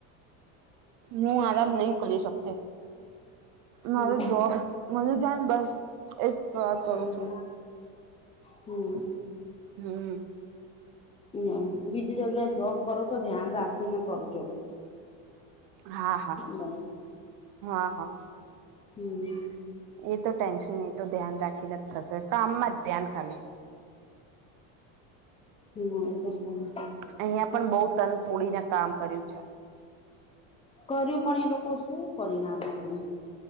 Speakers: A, on the right (about 50°); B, on the left (about 15°).
A: હુ આરામ નહી, કરી શકતી. મારે
B: હમ
A: જોબ મલીજાય ને બસ એ પ્રયાાર કરું
B: હમ
A: છુ,
B: હમ
A: હમ
B: હમ્મ, બીજી જગ્યાએ જોબ કરો તો ધ્યાન રાખીને કરજો-
A: હા-હા-હા-હા.
B: મને હમ
A: એ તો ટેન્શન, એ તો ધ્યાન રાખીને જ થશે કામમાં જ ધ્યાન ખાલી
B: હમ એ તો છે.
A: અહિયાં પણ બહુ તન તોડીને કામ કર્યું છે.
B: કર્યું પણ એ લોકો શું પરિણામ આપ્યું?